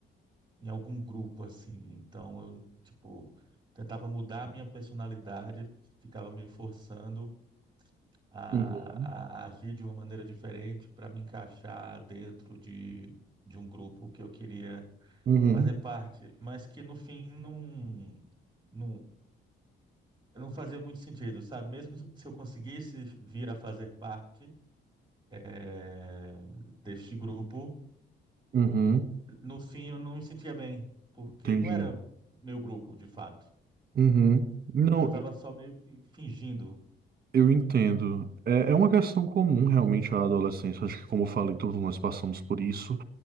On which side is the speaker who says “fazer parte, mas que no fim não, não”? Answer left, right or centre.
Right